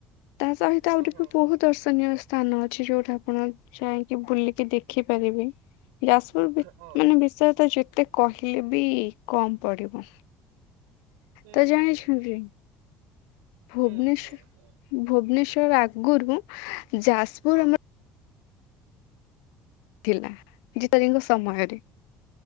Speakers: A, on the left; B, on the right.
A: ତା ସହିତ
B: ହଁ
A: ଆଉଠି
B: ହଁ
A: ବି ବହୁତ
B: ହଁ
A: ଦର୍ଶନୀୟ ସ୍ଥାନ ଅଛି। ଯୋଉଠା ଆପଣ ଯାଇ ବୁଲିକି ଦେଖି ପାରିବେ ଯାଜପୁର ବି
B: ହଁ
A: ମାନେ ବିଷୟ। ତ ଯେତେ କହିଲେ ବି କମ୍ ପଡିବ।
B: ହୁଁ
A: ତ
B: ହୁଁ
A: ଜାଣିଛନ୍ତି
B: ହୁଁ ହୁଁ
A: ଭୁବନେଶ
B: ହୁଁ ହୁଁ ହୁଁ
A: ଭୁବନେଶ୍ୱର। ଆଗରୁ ଯାଜପୁର
B: ହଁ।
A: ଆମର ଥିଲା ଜିଯାଜିଙ୍କ ସମୟରେ।